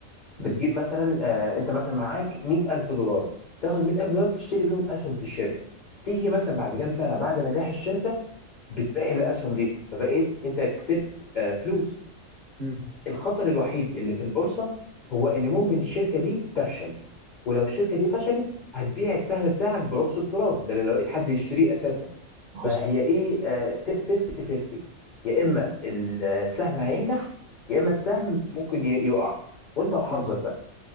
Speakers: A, on the left; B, on the right.
A: بتجيب
B: م-
A: مثلا آه، انت مثلا معاك 100000 دولار تاخد 100000 دولار تشتري بيهم اسهم في الشركه تيجي مثلا بعد كام سنه بعد نجاح الشركه بتبيع الاسهم دي فبقيت انت كسبت آه، فلوس
B: م.
A: الخطر الوحيد اللي في البورصه هو ان ممكن الشركه دي تفشل ولو الشركه دي فشلت هتبيع السهم بتاعك برخص التراب ده لو لقيت حد يشتريه اساسا
B: حصل
A: فهي ايه آه، ف- 50 50 يا اما السهم هينجح يا اما السهم ممكن ي- يقع وانت وحظك
B: م.
A: بقى.